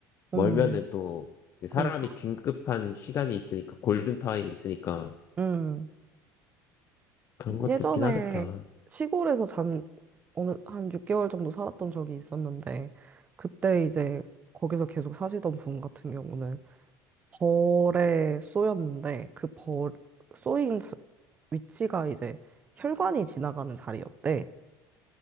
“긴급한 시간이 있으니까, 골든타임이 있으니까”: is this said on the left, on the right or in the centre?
Left